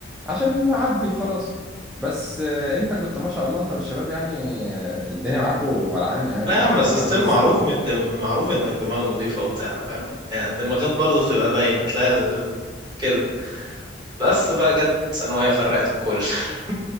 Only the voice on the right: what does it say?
لا يا
عم بس
ستيل
معروف من الدم... معروف انك دماغ نظيفة وبتاع فاهم يعني الدماغات برضه بتبقى باينة تلاقي ال... كده بس بقى جت ثانوية فرقت الكل <laughs>